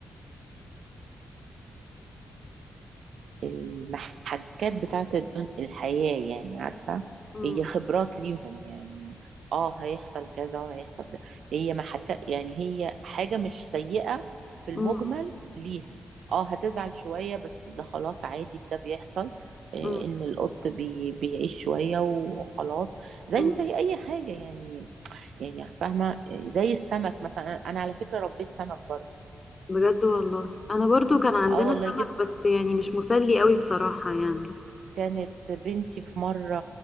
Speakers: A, on the right; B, on the left.
A: المحكات بتاعت الدنيا الحياة يعني عارفة
B: مم.
A: هي خبرات ليهم يعني اه هيحصل كذا وهيحصل كذا هي محكات يعني هي حاجة مش سيئة في المجمل
B: مم.
A: ليها اه هتزعل شوية بس ده خلاص عادي ده بيحصل آه،
B: مم.
A: ان القط بي بيعيش شوية وخلاص زيه
B: مم.
A: زي اي حاجة يعني يعني فاهمة آه، زي السمك مثلا انا أنا على فكرة ربيت سمك برضه
B: بجد والله انا برضو كان عندنا
A: اه والله
B: سمك
A: جبت
B: بس يعني مش مسلي قوي بصراحة يعني
A: كانت بنتي في مرة